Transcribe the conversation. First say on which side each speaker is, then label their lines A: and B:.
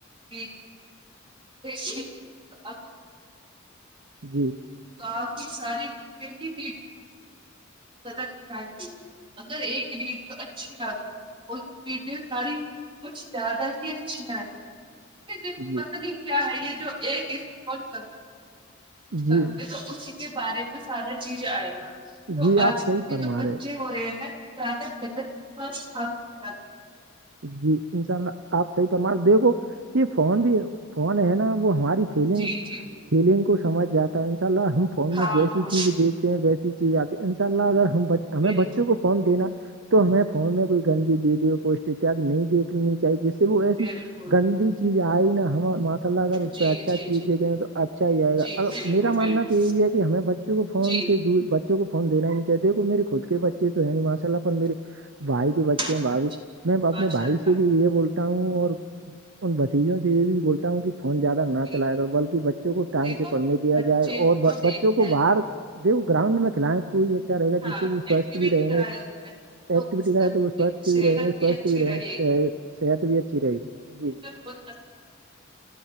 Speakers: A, on the right (about 25°); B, on the right (about 65°).
A: جی ج <unintelligible>
B: جی
A: کافی ساری پی بھی غلط چاہے اگر ایک ریٹ اچھی آ گئی ای ویڈیو ساری کچھ زیادہ ہی اچھھی ہیں <unintelligible> دیکھو
B: جی
A: پت نہیں کیا ہے یہ جو ایک اسال کرو
B: جی
A: کرو <inaudible> تو اسی کے بارے میں سارا چیز آئے گا تو
B: جی
A: آج
B: آپ صحیح
A: کل کے
B: فرما
A: جو بچے
B: رہے
A: ہو رہے ہیں نا <unintelligible> گغلت پاس <unintelligible>
B: جی انشاء اللہ آپ صحیح پرمار دیکھو یہ فون بھی فون ہے نا وہ ہماری فیلنگ
A: جی جی
B: فیلنگ کو سمجھ جاتا ہے انشاء اللہ ہم فون
A: ہاں
B: میں جیسی
A: ہاں
B: چیز دیکھ ویسی چیز آتی ہے ان شاء اللہ اگر ہم ہمیں
A: بالکل
B: بچوں کو فون دینا تو ہمیں فون میں کوئی گندی ویڈیو پوسٹ اتیاد نہیں دیکھنی چاہیے جس وہ ہویا
A: بالکل
B: سے <inaudible> گندی چیز آئے نا ہم ماشاء اللہ اگر اس
A: جی
B: سے اچھا
A: جی
B: چیز
A: جی
B: دیکھیں گے تو اچھا ہی آئے گا
A: جی
B: ا
A: بالکل
B: میرا ماننا
A: بالکل
B: تو یہی ہے کہ ہمیں بچوں کو فون
A: جی
B: سے بچوں کو فون دا ہی نہیں چاہتے میرے خود کے بچے تو ہے نہیں ماشاءلہ پر مے بائی کے بچے ہیں
A: اچھا
B: بھ میں اپنے
A: ماشاء
B: بھائی
A: اللہ
B: سے بھی یہ بولتا ہوں اور ان بھتیجوں سے یہ بھی بولتا ہوں کہ فون زیادہ نہ
A: جی
B: چلیا کر بلکہ بچوں کو ٹائم
A: دیکھو
B: سے پڑھنے دیا
A: بچے
B: جائے اور
A: کو دیکھنے
B: بچوں کو باہر د گراؤنڈ میں کھلائیں تو یہ رہے گا
A: ہاں
B: جس سے وہ سوچھ
A: ایکٹیویٹی
B: بھی رہیں
A: کرائے
B: گے
A: اس سے تو
B: ایکٹیو
A: اس
B: ک ہے
A: سے
B: تو
A: بچے
B: وہ سوچھ
A: کی صحت
B: بھی رہیں گے سوچھ
A: اچھی
B: بھی رہے
A: گی
B: صحت بھی اچھی رہے گی جی
A: ہ ب